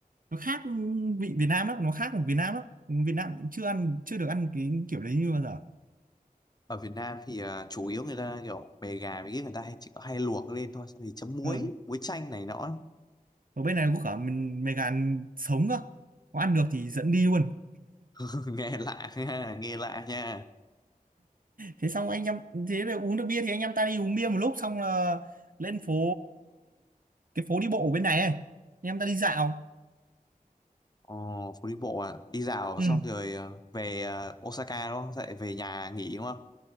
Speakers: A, on the right (about 65°); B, on the left (about 25°).
A: nó khác vị Việt Nam lắm nó khác của Việt Nam lắm Việt Nam cũng chưa ăn chưa được ăn cái kiểu đấy như bao giờ
B: Ở Việt Nam thì à, chủ yếu người ta kiểu mề gà với cái người ta hay chỉ có hay luộc lên thôi xong thì chấm muối
A: ờ.
B: muối chanh này nọ ấy.
A: ở bên này có cả mình mề gà sống cơ có ăn được thì dẫn đi luôn
B: <laughs> nghe lạ nha nghe lạ nha
A: thế xong anh em thế là uống được bia thì anh em ta đi uống bia một lúc xong là lên phố cái phố đi bộ ở bên này ấy. anh em ta đi dạo
B: Ồ, phố đi bộ à đi dạo
A: ừ
B: xong rồi ờ, về ờ, Osaka đúng không Sao lại về nhà nghỉ đúng không